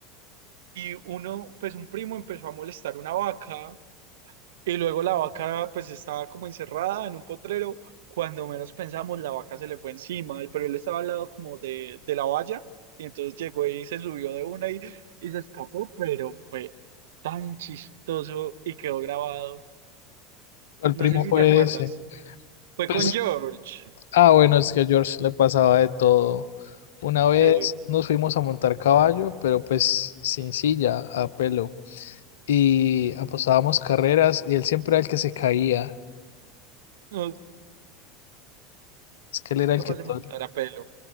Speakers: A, on the right; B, on the left.
A: y uno, pues un primo empezó a molestar una vaca Y luego la vaca pues estaba como encerrada en un potrero. Cuando menos pensamos, la vaca se le fue encima, y- pero él estaba al lado como de, de la valla. Y entonces llegó y se subió de una y, y se escapó, pero fue tan chistoso y quedó grabado.
B: ¿Cuál primo
A: No sé si
B: fue
A: te acuerdas.
B: ese?
A: Fue
B: Pues,
A: con George.
B: ah, bueno, es que a George le pasaba de todo. Una vez
A: Sí.
B: nos fuimos a montar caballo, pero pues sin silla, a pelo. Y apostábamos carreras y él siempre era el que se caía.
A: No,
B: Es que él era
A: capaz
B: el que todo
A: de montar a pelo.